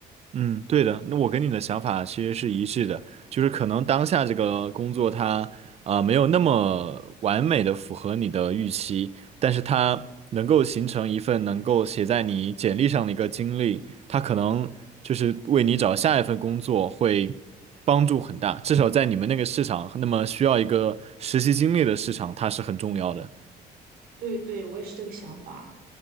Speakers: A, on the right; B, on the right.
A: 嗯，对的，那我跟你的想法其实是一致的，就是可能当下这个工作它啊没有那么完美的符合你的预期，但是它能够形成一份能够写在你简历上的一个经历，它可能就是为你找下一份工作会帮助很大，至少在你们那个市场，那么需要一个实习经历的市场，它是很重要的。
B: 对对，我也是这个想法。